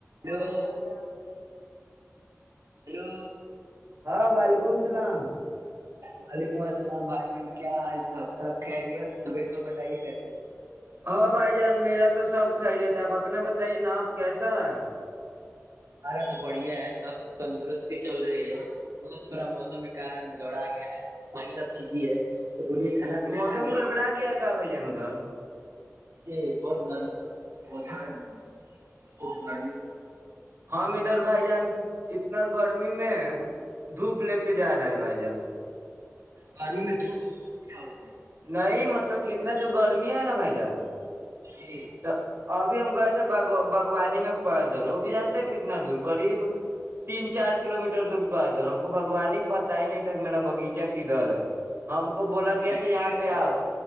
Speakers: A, on the right; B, on the right.
A: hello
B: ام بھائی جان
A: ہلو
B: ہاں بھائی وکم سلام
A: وعلیکم السلام بھائی جان کیا حال چال سب خیریت تیں تو بتائیے کیسے
B: ہاں بھائی جان میرا تو سب کھائی رہیے ت آپ اپنا بتائیے نا کیسا ہے
A: ہمارا تو بڑھیا ہے سب تندرستی چل رہی ہے بہت تھوورا موسم کے کارن گڑا گیا ہے باقی سب ٹھیک ہی ہے تو بولیے کھانا پینا
B: موسم
A: کھا لیے
B: گڑبڑا گیا ہے کا بائی ج ن تور
A: ج بہت گرمی پڑ رہی ہے بہت ہٹ گرمی کچھ گڑی پڑ رہی
B: ہم ادھر بھائی جان اتنا گرمی میں دھوپ لے کے جا رہا ہے بھائی جان
A: گھرم میں د دھ کیا ہوتا ہے
B: نہیں مطلب اتنا جو گرمی ہے نا بھائی جان
A: جی
B: تو ابھی ہم گئے تھے باغوانی میں پائے دول وہ بھی جانتے ہیں کتنا دور قریب تین چار کلو میٹر دور پہ ادھر ہم کو بگوان ہی پتتا ہی نہیں تھاک میرا بغیچہ کی دھر ہے ہم ہم کو بولا گیا
A: اکیلے
B: تھا یہاں
A: گئے تھے
B: پہ
A: بھائی
B: آؤ
A: جان